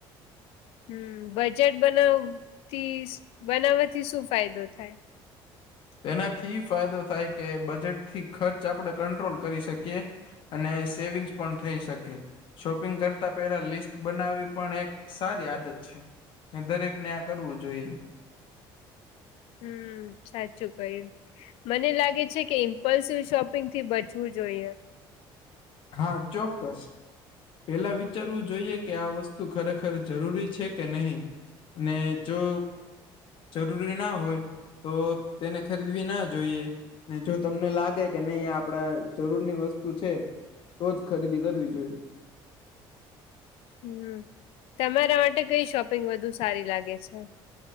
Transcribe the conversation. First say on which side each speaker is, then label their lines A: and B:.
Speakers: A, on the left; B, on the left.
A: હમમ બજેટ બનાવવાથી બનાવવાથી શુ ફાયદો થાય.
B: એનાથી ઈ ફાયદો થાય કે, બજેટથી ખર્ચ આપડે કંટ્રોલ કરી શકે. અને સેવિગ્ન્સ પણ થઈ શકે, શોપિંગ કરતા પહેલા લિસ્ટ બનાવવી પણ એક સારી આદત છે, એ દરેક ને, આ કરવું જોઈએ.
A: હમમ સાચું કહ્યું, મને લાગે છે કે ઇન્પલ્સિવ શોપિંગ થી બચવું જોઈએ,
B: હા ચોક્ક્સ, પેલા વિચારવું જોઈએ કે આ વસ્તુ જરૂરી છે કે નહી? ને જો જરૂરી ના હોય. તો તેને ખરીદવી ના જોઈએ, ને જો તમને લાગે કે નહી આપડે જરૂરની વસ્તુ છે, તો જ ખરીદી કરવી જોઈએ,
A: હમમ તમારા માટે કઈ શોપિંગ સારી લાગે છે,